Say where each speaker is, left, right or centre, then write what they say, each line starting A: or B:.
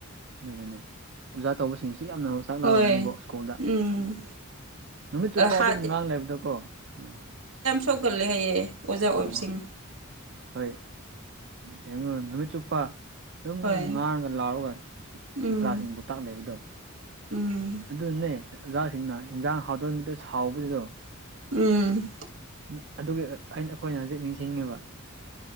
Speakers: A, on the right; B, on the right.
A: ꯑꯗꯨꯒꯅꯦ ꯑꯣꯖꯥ ꯇꯧꯕꯁꯤꯡꯁꯨ ꯌꯥꯝꯅ ꯆꯥꯛ ꯂꯥꯝꯃꯝꯅꯤꯕꯣ
B: ꯍꯣꯏ
A: ꯁ꯭ꯀꯨꯜꯗ
B: ꯎꯝ
A: ꯅꯨꯃꯤꯠ ꯆꯨꯞꯄ
B: ꯍꯥꯠ
A: ꯑꯗꯨꯝ ꯉꯥꯡ ꯂꯩꯕꯗꯣꯀꯣ ꯎꯝ
B: ꯊꯣꯛꯒꯜꯂꯦ ꯍꯥꯏꯌꯦ ꯑꯣꯖꯥ ꯑꯣꯏꯕꯁꯤꯡ
A: ꯑꯣ ꯍꯣꯏ ꯌꯦꯡꯉꯣ ꯅꯨꯃꯤꯠ ꯆꯨꯞꯄ ꯑꯗꯨꯝ
B: ꯍꯣꯏ
A: ꯉꯥꯡꯔꯒ ꯂꯥꯎꯔꯒ ꯁꯥ
B: ꯎꯝ
A: ꯁꯥꯇ꯭ꯔꯥꯁꯤꯡꯕꯨ ꯇꯥꯛ ꯂꯩꯕꯗꯣ
B: ꯎꯝ
A: ꯑꯗꯨꯅꯦ ꯑꯣꯖꯥꯁꯤꯡꯅ ꯏꯟꯖꯥꯡ ꯍꯥꯎꯇꯕ ꯃꯤꯠꯇ ꯁꯥꯎꯕꯁꯤꯗꯣ
B: ꯎꯝ
A: ꯎꯝ ꯑꯗꯨꯒꯤ ꯑ ꯑꯩꯅ ꯑꯩꯈꯣꯏꯅ ꯍꯧꯖꯤꯛ ꯅꯤꯡꯁꯤꯡꯉꯤꯕ